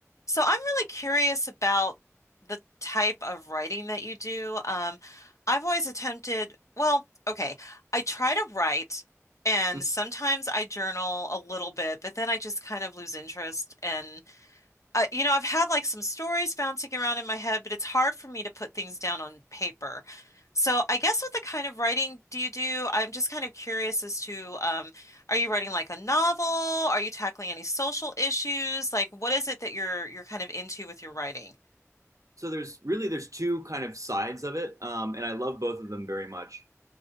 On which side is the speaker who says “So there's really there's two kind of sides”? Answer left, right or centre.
Right